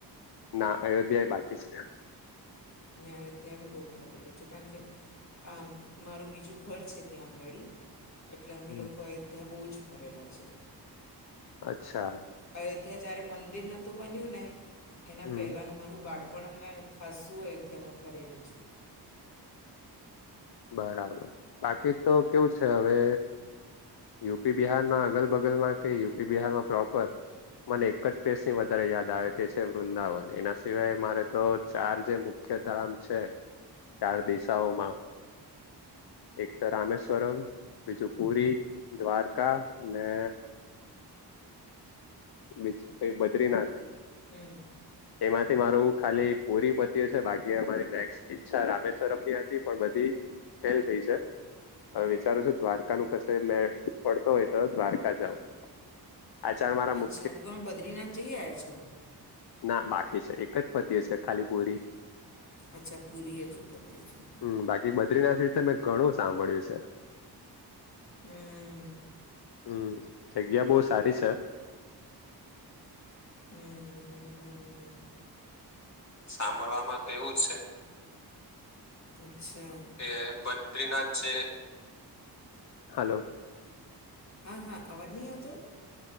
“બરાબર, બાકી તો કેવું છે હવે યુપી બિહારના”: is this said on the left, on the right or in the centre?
Left